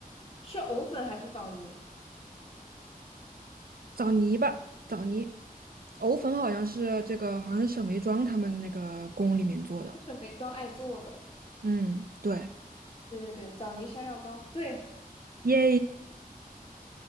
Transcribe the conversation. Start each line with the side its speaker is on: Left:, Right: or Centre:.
Left: 是藕粉还是枣泥？
Right: 枣泥吧，枣泥。藕粉好像是这个，好像是沈眉庄他们那个宫里面做的。
Left: 这是梅庄爱做的。
Right: 嗯，对，
Left: 对对对，枣泥山药糕。对，
Right: 耶，